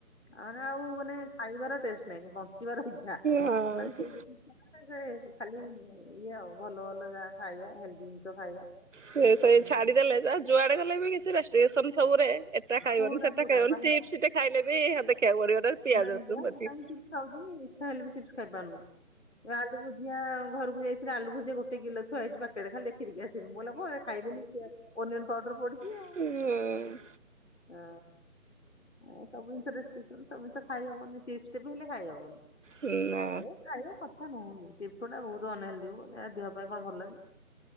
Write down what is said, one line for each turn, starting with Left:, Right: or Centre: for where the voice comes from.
Left: ଆଉ ମାନେ ଆଉ ମାନେ ଖାଇବାର ଟେଷ୍ଟ ନାଇଁ ବ ଚିବାର ଇଚ୍ଛା
Right: ହଁ
Left: ମାନେ ସ ଖାଲି ଇଏ ଆଉ। ଭଲ ଭଲ ଯାହା ଖାଇବା ହେଲ୍ଦି ଜିନିଷ ଖାଇବା।
Right: ସେ ସେଇ
Left: ଉଁ,
Right: ଛାଡିଦେଲେ ଯା ଯୁଆଡେ ଗଲେ ବି କିଛି ରେଷ୍ଟ୍ରିକେସନ ସବୁରେ। ଏଟା ଖାଇବନି
Left: ପୁରା
Right: ସେଟା
Left: ପୁରା
Right: ଖାଇବନି
Left: ବାହା
Right: ଚିପ୍ସଟେ ଖାଇଲେ ବି ହାଦେଖିବାକୁ ପଡିବ ପିଆଜ
Left: ନାଇଁ
Right: ରସୁଣ
Left: ପୁରା
Right: ପଡ଼ିଛି
Left: କାହିଁ
Right: କି ନାଇ
Left: ଚିପ୍ସ ଖାଉଛି ଇଚ୍ଛା ହେଲେ ବି ଚିପ୍ସ ଖାଇ ପାରୁନୁ ଏ ଆଳୁ ଭୁଜିଆ ଘରକୁ ଯାଇ ଆଲୁଭୁଜିଆ ଗୋଟ କିଲୋ ଥୁଆ ହେଇଛି ପେକେଟ୍ ଖାଲି ଦେଖି ଦେଖି ଆସି ଥିନି ମଲା ମୁଁ ଖାଇବିନି ଅନିଅନ ପାଉଡର ପଡିଛି
Right: ନା
Left: ଆଉ। ହଁ ଆ ସବୁ ଜିନିଷ ରେଷ୍ଟ୍ରିକସନ ସବୁ ଜିନିଷ ଖାଇହବନି ଚିପ୍ସ ଟେ ବି ହେଲେ ଖାଇହବନି।
Right: ନା
Left: ଏ ଖଇବା କଥା ନୁହଁ ବି ଚିପ୍ସ ଟା ବହୁତ ଅନହେଲ୍ଦୀ ଏ ଦେହ ପାଇଁ କଣ ଭଲ କି?